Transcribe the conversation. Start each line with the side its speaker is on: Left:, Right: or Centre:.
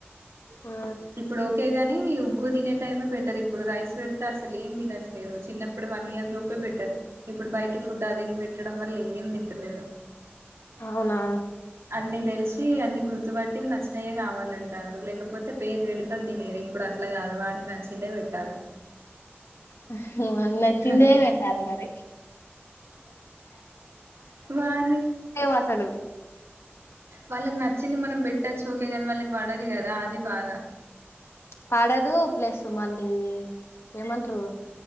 Left: ఆ
Right: ఇప్పుడు ఓకేగాన్ కానీ ఉగ్గు తినే టైమే బెటర్ ఇప్పుడు రైస్ పెడితే అసలు ఏం తినట్లేదు చిన్నప్పుడు వన్ ఇయర్ లోపే బెటర్ ఇప్పుడు బయటి ఫుడ్ అది ఇది పెట్టడం వల్ల ఏం దింటలేడు
Left: అవునా
Right: అన్ని దెలిసి అన్ని గుర్తుపట్టి నచ్చినయే కావాలంటారు లేకపోతే పేరు పెడతంది దీనిది ఇప్పుడు అట్లా కాదు వానికి నచ్చిందే పెట్టాలి
Left: అహ వానికి నచ్చిందే
Right: అదొక
Left: పెట్టాలి మరి
Right: వాని
Left: <inaudible> అసలు
Right: వాళ్ళకి నచ్చింది మనం బెట్టచ్చు ఓకే గానీ వాళ్ళకి పడదు కదా అది బాధ
Left: పడదు ప్లస్ మళ్ళీ ఏమంటారు